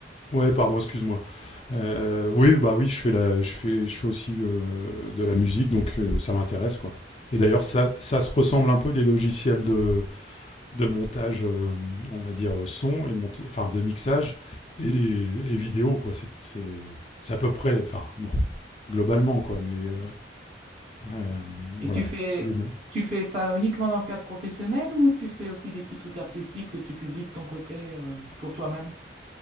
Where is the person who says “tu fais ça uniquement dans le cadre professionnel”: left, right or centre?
Right